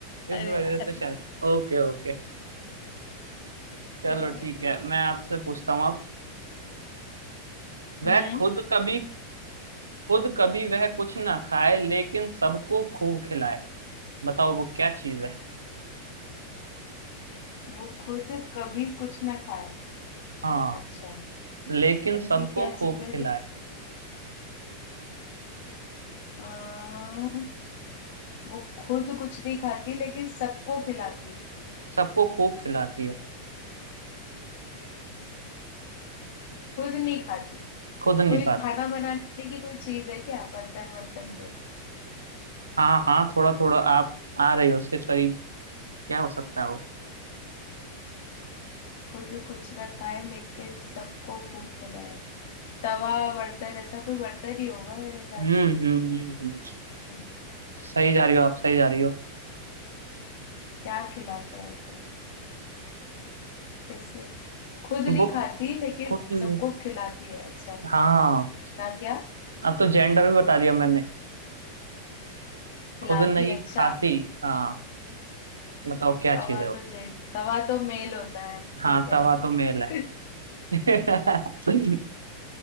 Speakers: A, on the right; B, on the left.
A: इस
B: अरे
A: वजह
B: यार
A: से शायद ओके ओके चलो
B: हाँ।
A: ठीक है मैं आपसे पूछता हूँ अब वह
B: हम्म
A: खुद कभी खुद कभी वह कुछ ना खाए लेकिन सबको खूब खिलाए बताओ वो क्या चीज है
B: वो खुद कभी कुछ ना खाए
A: हाँ
B: अच्छा
A: लेकिन सबको
B: ऐसी क्या चीज
A: खूब
B: है
A: खिलाए
B: जो आ, वो खुद कुछ नहीं खाती लेकिन सबको खिलाती है
A: सबको खूब खिलाती है
B: खुद नहीं खाती
A: खुद नहीं
B: कोई
A: खाती
B: खाना बनाने की कोई चीज है क्या बर्तन वर्तन कोई
A: हाँ हाँ थोड़ा थोड़ा आप आ रहे हो उसके करीब क्या हो सकता है वो
B: खुद कुछ ना खाए लेकिन सबको भूख खिलाए तवा बर्तन ऐसा कोई बर्तन ही होगा मेरे हिसाब
A: हम्म
B: से
A: हम्म हम्म हम्म।
B: अम्म,
A: सही जा रही हो आप सही जा रही हो
B: क्या खिलाता है खुद कैसे खुद नहीं
A: वो
B: खाती लेकिन
A: खुद नहीं
B: सबको खिलाती है अच्छा
A: हाँ
B: क्या क्या
A: अब तो जेंडर भी बता दिया मैंने
B: खिलाती
A: खुद नहीं
B: अच्छा
A: खाती हाँ बताओ क्या
B: तवा
A: चीज है वो
B: तो जेंट तवा तो मेल होता है ठीक
A: हाँ
B: है
A: तवा तो मेल है
B: <laughs>
A: <laughs> मतलब